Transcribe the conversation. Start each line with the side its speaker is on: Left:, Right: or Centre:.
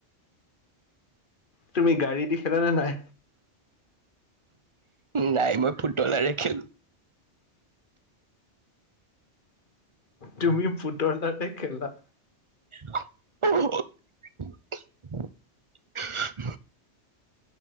Left: তুমি গাড়ী দি খেলা নে নাই?
Right: নাই মই পুতলাৰে খেলো।
Left: তুমি পুতলাৰে খেলা।
Right: <unintelligible>